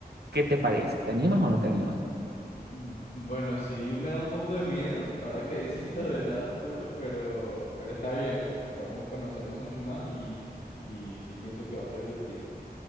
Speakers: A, on the right; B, on the left.
A: ¿Qué te parece? ¿Te animas o no te animas?
B: Mm, Bueno, sí me da un poco de miedo ahora que dices <laughs> lo del lado oscuro, pero, pero está bien, o sea, podemos conocernos mucho más y, y sí pienso que va a ser divertido.